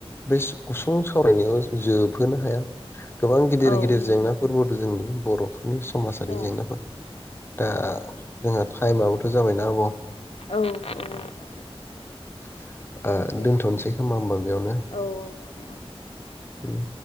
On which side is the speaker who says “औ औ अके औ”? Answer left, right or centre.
Left